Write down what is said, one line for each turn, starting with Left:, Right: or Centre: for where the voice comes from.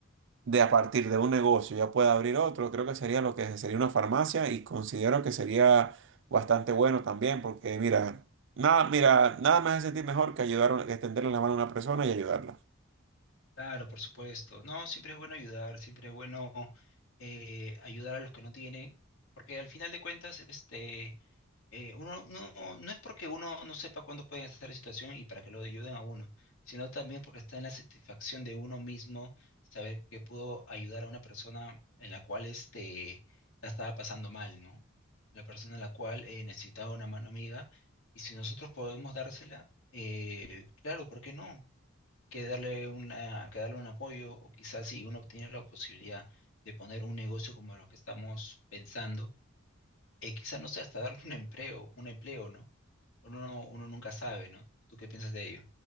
Right: de a partir de un negocio ya pueda abrir otro, creo que sería lo que sería una farmacia y considero que sería bastante bueno también, porque mira, nada, mira, nada me hace sentir mejor que ayudar, a- que extenderle la mano a una persona y ayudarla.
Left: Claro, por supuesto. No, siempre es bueno ayudar, siempre es bueno eh, ayudar a los que no tienen, porque al final de cuentas, este, eh, uno no, no es porque uno no sepa cuándo puede estar en situación y para que lo ayuden a uno, sino también porque está en la satisfacción de uno mismo saber que pudo ayudar a una persona en la cual este, la estaba pasando mal, ¿no? La persona en la cual eh, necesitaba una mano amiga y si nosotros podemos dársela, eh, claro, ¿por qué no? Que darle una, que darle un apoyo o quizás si uno tiene la posibilidad de poner un negocio como los que estamos pensando eh, quizás no sé, hasta darle un empleo, un empleo, ¿no? Uno, no- uno nunca sabe, ¿no? ¿Tú qué piensas de ello?